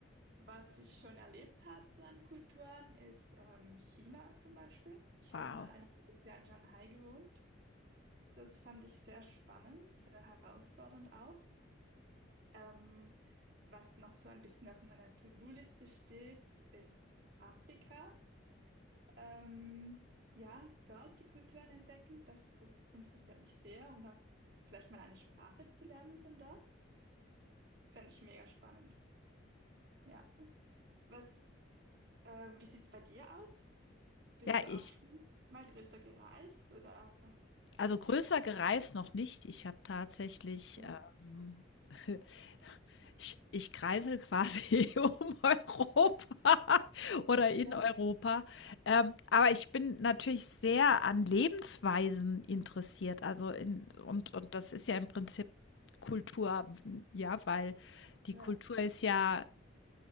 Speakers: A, on the right; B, on the left.
A: Was ich schon erlebt habe, so an Kulturen, ist ähm, China zum Beispiel. Ich
B: Wow.
A: habe mal ein halbes Jahr in Shanghai gewohnt. Das fand ich sehr spannend, sehr herausfordernd auch. Ähm, was noch so ein bisschen auf meiner To-Do-Liste steht, ist Afrika. Ähm, ja, dort die Kulturen entdecken, das, das interessiert mich sehr und auch vielleicht mal eine Sprache zu lernen von dort. Fände ich mega spannend. Ja. Was, ähm, wie sieht's bei dir aus? Bist
B: Ja,
A: du
B: ich
A: auch schon mal größer gereist oder
B: also
A: mit
B: größer
A: anderer Sprache?
B: gereist noch nicht. Ich habe tatsächlich,
A: Ja,
B: ähm <laughs> Ich, ich kreisel quasi <laughs> um Europa <laughs> oder in
A: ja,
B: Europa. Ähm, aber ich bin natürlich sehr an Lebensweisen interessiert. Also in, und, und das ist ja im Prinzip Kultur, ja, weil die
A: ja.
B: Kultur ist ja,